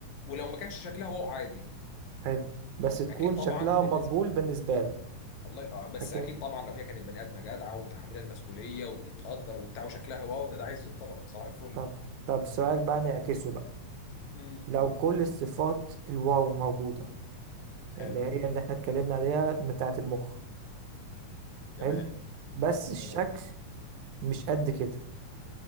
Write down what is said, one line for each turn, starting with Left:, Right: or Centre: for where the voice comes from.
Left: ولو ما كانش شكلها واو عادي
Right: حلو بس تكون
Left: اكيد طبعا
Right: شكلها
Left: بالنسبة
Right: مقبول بالنسبة لك
Left: الله آه بس
Right: لكن
Left: اكيد طبعا لو هي كانت بني ادمة جدعة ومتحملة المسؤولية وبتقدر وبتاع وشكلها واو ده ده عايز الطلب صباح الفل
Right: طبعا طب سؤال بقى نعكسه بقى
Left: امم
Right: لو كل الصفات الواو موجودة
Left: حلو
Right: اللي هي اللي احنا اتكلمنا عليها بتاعة المخ
Left: تمام
Right: حلو بس الشكل
Left: تمام
Right: مش قد كده